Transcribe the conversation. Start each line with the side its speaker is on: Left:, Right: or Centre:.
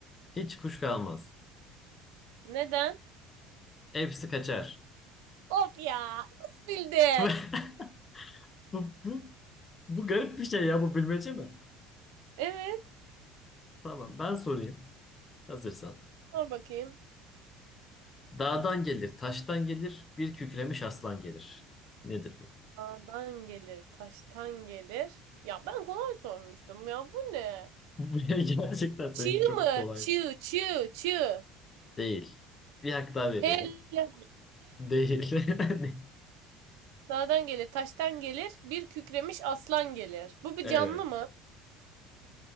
Left: Hiç kuş kalmaz.
Right: Neden?
Left: Hepsi kaçar.
Right: Of ya, nasıl bildin?
Left: <laughs> Bu, bu, bu garip bir şey ya. Bu bilmece mi?
Right: Evet,
Left: Tamam. Ben sorayım. Hazırsan.
Right: sor bakayım.
Left: Dağdan gelir, taştan gelir, bir kükremiş aslan gelir. Nedir bu?
Right: Dağdan gelir, taştan gelir. Ya ben kolay sormuştum ya, bu ne?
Left: Bu <laughs> gerçekten
Right: Çığ
Left: benimki çok
Right: mı?
Left: kolay.
Right: Çığ, çığ, çığ.
Left: Değil. Bir hak daha veriyorum.
Right: He lan,
Left: Değil. <laughs>
Right: Dağdan gelir, taştan gelir, bir kükremiş aslan gelir. Bu bir
Left: Evet.
Right: canlı mı?